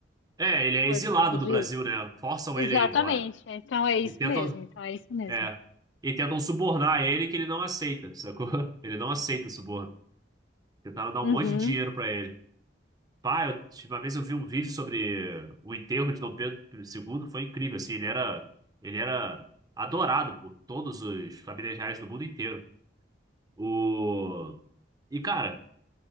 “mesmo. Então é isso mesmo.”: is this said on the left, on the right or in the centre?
Left